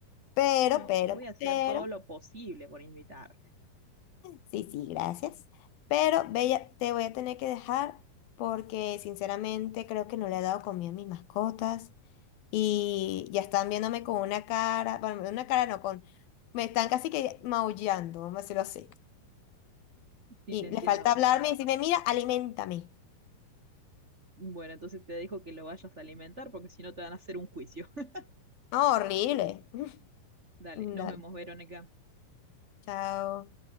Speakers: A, on the left; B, on the right.
A: Pero,
B: Como,
A: pero,
B: voy a hacer
A: pero,
B: todo lo posible por invitarte.
A: sí, sí, gracias. Pero, Bella, te voy a tener que dejar porque sinceramente creo que no le he dado comida a mis mascotas. y ya están viéndome con una cara, bueno, una cara no, con, me están casi que maullando, vamos a decirlo así.
B: Sí,
A: Y
B: te entiendo.
A: le falta hablarme y decirme, mira, aliméntame.
B: Bueno, entonces te dejo que lo vayas a alimentar porque si no te van a hacer un juicio. <laughs>
A: No, horrible. <laughs>
B: Dale,
A: Dale,
B: nos vemos, Verónica.
A: chao.